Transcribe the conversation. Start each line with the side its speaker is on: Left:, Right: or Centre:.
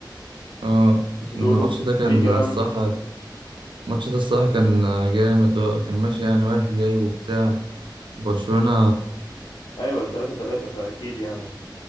Right: اه
Left: بيقولوا
Right: الماتش ده كان
Left: في كلام
Right: الصراحة الماتش ده الصراحة كان جامد كان ماشي يعني رايح جاي وبتاع وبرشلونة
Left: ايوه 3 3 فاكيد يعني